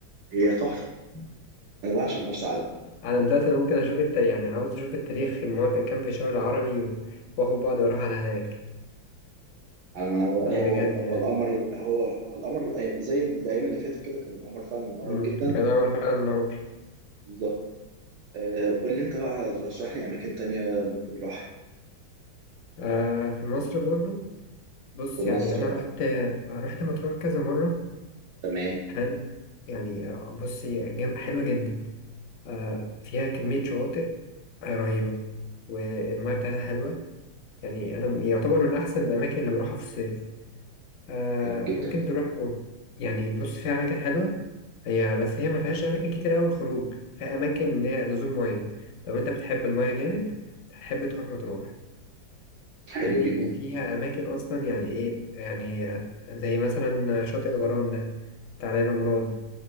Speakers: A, on the right; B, on the left.
A: هي تحفه انا بعشق مرسى علم
B: انا دلوقتي انا ممكن اشوف التاريخ يعني عاوز اشوف التاريخ موافق كام في الشهر العربي و... واخد بعض واروح على هناك
A: انا هو
B: لا بجد
A: هو
B: يعني
A: القمر هو هو القمر الأي- زي الايام اللي فاتت كده كان القمر فعلا منور
B: مم.
A: جدا
B: كان عمل فعلا منور
A: بالظبط آه، قول لي انت بقى رشح لي اماكن تانية ممكن اروح
B: آه في مصر برضو بص
A: في مصر
B: يعني انا
A: اه
B: رحت رحت مطروح كذا مرة
A: تمام
B: حلو يعني آه، بص هي جم... حلوة جدا آه فيها كمية شواطئ آه، رهيبة والمياه بتاعتها حلوة يعني انا يعتبر من احسن الاماكن اللي بروحها في الصيف آه
A: حلو جدا
B: ممكن تروح أوروبا. يعني بص في أماكن حلوة هي بس هي ما فيهاش أماكن كتير أوي الخروج في أماكن إن هي نزول مية لو أنت بتحب المية جامد هتحب تروح مطروح
A: حلو
B: فاهمني
A: جدا
B: وفيها أماكن أصلا يعني إيه يعني آه، زي مثلا شاطئ الغرام ده بتاع ليلى مراد